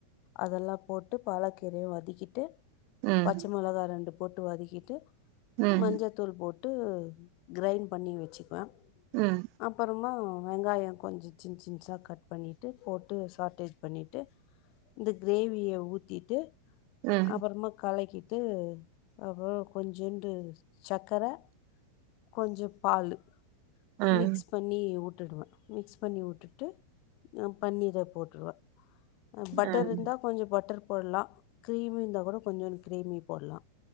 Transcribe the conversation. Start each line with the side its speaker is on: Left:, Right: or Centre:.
Left: அதெல்லா போட்டு பாலக்கீரையு வதக்கிட்டு
Right: ம்
Left: பச்ச மிளகா ரெண்டு போட்டு வதக்கிட்டு
Right: ம்
Left: மஞ்சத்தூள் போட்டு கிரைண்ட் பண்ணி வச்சுக்குவே
Right: ம்
Left: அப்புறமா வெங்காயம் கொஞ்ச சின் சின்சா கட் பண்ணிட்டு போட்டு ஷாட்டேஜ் பண்ணிட்டு இந்த கிரேவிய ஊத்திட்டு
Right: ம்
Left: அப்புறமா கலக்கி ட்டு அப்புறோ கொஞ்சோண்டு சக்கர கொஞ்ச பாலு
Right: ம்
Left: மிக்ஸ் பண்ணி விட்டுடுவே மிக்ஸ் பண்ணி விட்டுட்டு அ பன்னீர போட்ருவே அ பட்டர்
Right: ம்
Left: இருந்தா கொஞ்ச பட்டர் போடலா கிரீமி இருந்தா கூட கொஞ்சோண்ட் கிரீமி போடலா